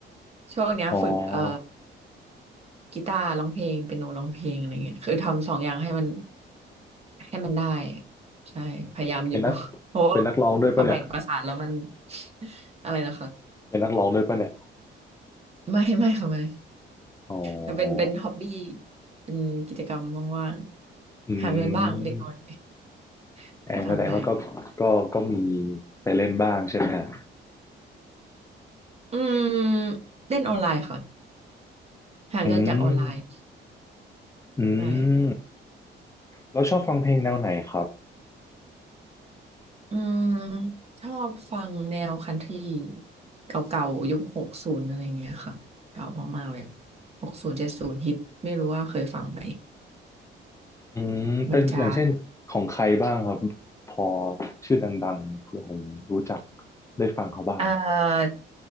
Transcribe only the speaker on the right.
<laughs> ช่วงเนี้ยฝึกเอ่อ
กีตาร์ร้องเพลงเปียโนร้องเพลงอะไรเงี้ยคือทำสองอย่างให้มันให้มันได้ใช่พยายามอยู่
<laughs> เพราะว่า
พอแบ่งประสานแล้วมัน <laughs> อะไรนะคะ
ไม่ไม่ค่ะไม่
ก็เป็นเป็นฮ็อบบี้เป็นกิจกรรมว่างๆหาเงินบ้างเล็กน้อย
<laughs>
ถ้าทำได้
อืมเล่นออนไลน์ค่ะหาเงินจากออนไลน์
ใช่
อืมชอบฟังแนวคันทรีเก่าๆยุคหกศูนย์อะไรเงี้ยค่ะเก่ามากๆเลยหกศูนย์เจ็ดศูนย์ฮิตไม่รู้ว่าเคยฟังไหม
มันจะ
เอ่อ